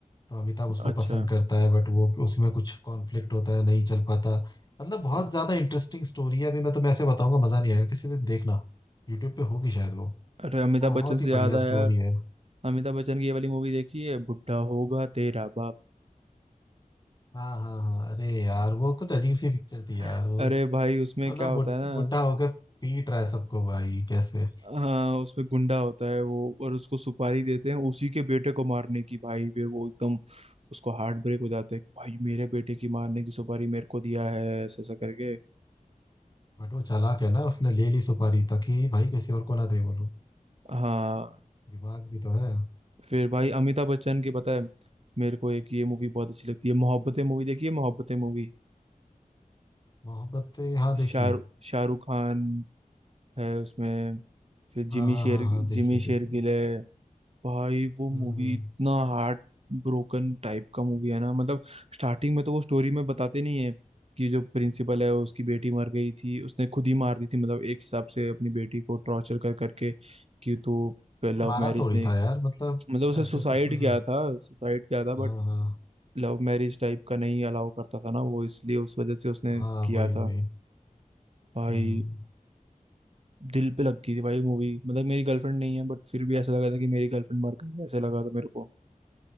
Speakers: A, on the left (about 30°); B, on the right (about 45°).
A: तो अमिताभ उसको
B: अच्छा
A: पसंद करता है बट वो उसमें कुछ कॉन्फ्लिक्ट होता है नहीं चल पाता मतलब बहुत ज्यादा इंटरेस्टिंग स्टोरी है अभी मैं तुम्हें ऐसे बताऊंगा मजा नहीं आएगा किसी दिन देखना यूट्यूब पे होगी शायद वो
B: अरे अमिताभ
A: बहुत
B: बच्चन से
A: ही
B: याद
A: बढ़िया
B: आया
A: स्टोरी है
B: अमिताभ बच्चन की ये वाली मूवी देखी है बुढ़ा होगा तेरा बाप
A: हाँ हाँ हाँ अरे यार वो कुछ अजीब सी पिक्चर थी
B: <laughs>
A: यार वो
B: अरे भाई उसमें
A: मतलब
B: क्या होता
A: बुढ़-
B: है ना
A: बुढ़ा होकर पीट रहा है सबको भाई कैसे
B: हाँ उसमें गुंडा होता है वो और उसको सुपारी देते हैं उसी के बेटे को मारने की भाई फिर वो एकदम उसको हार्ट ब्रेक हो जाता है कि भाई मेरे बेटे की मारने की सुपारी मेरे को दिया है ऐसा ऐसा करके
A: बट वो चालाक है ना उसने ले ली सुपारी ताकि भाई किसी और को ना दे बोलो
B: हाँ
A: दिमाग भी तो है
B: फिर भाई अमिताभ बच्चन की पता है मेरे को एक ये मूवी बहुत अच्छी लगती है मोहब्बतें मूवी देखी है मोहब्बतें मूवी
A: मोहब्बत हाँ देखिए
B: शाहरुख शाहरुख खान है उसमें फिर
A: हाँ
B: जिमी शेर
A: हाँ हाँ हाँ देखिए
B: जिमी शेरगिल
A: देखिए
B: है भाई वो मूवी
A: हम्म हम्म।
B: इतना हार्ट ब्रोकन टाइप का मूवी है ना मतलब स्टार्टिंग में तो वो स्टोरी में बताते नहीं है कि जो प्रिंसिपल है उसकी बेटी मर गई थी उसने खुद ही मार दी थी मतलब एक हिसाब से अपनी बेटी को टॉर्चर कर करके कि तू लव
A: मारा
B: मैरिज
A: थोड़ी
B: नहीं
A: था यार मतलब
B: मतलब उसे
A: ऐसे
B: सुसाइड
A: तो फिर
B: किया था सुसाइड किया था बट
A: हाँ हाँ
B: लव मैरिज टाइप का नहीं अलाउ करता था ना वो इसलिए उस वजह से उसने
A: हाँ
B: किया
A: वही
B: था
A: वही
B: भाई
A: हम्म
B: दिल पे लग गई थी भाई मूवी मतलब मेरी गर्लफ्रेंड नहीं है बट फिर भी ऐसा लगा था कि मेरी गर्लफ्रेंड मर गई ऐसा लगा था मेरे को